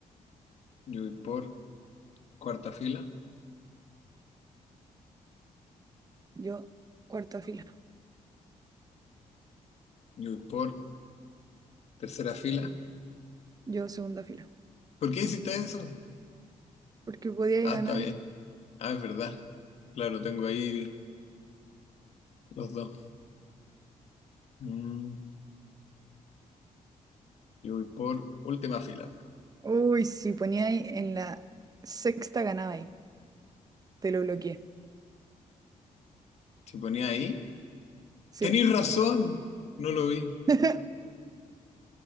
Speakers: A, on the left; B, on the right.
A: Yo voy por cuarta fila.
B: Yo cuarta fila.
A: Yo voy por tercera fila.
B: Yo segunda fila.
A: ¿Por qué hiciste eso?
B: Porque podíais
A: Ah,
B: ganar.
A: está bien. Ah, es verdad. Claro, tengo ahí los dos. Mm, yo voy por última fila.
B: Uy, si poníais en la sexta ganabais. Te lo bloqueé.
A: Si ponía ahí.
B: Sí.
A: Tenéis razón. No lo vi.
B: <laughs>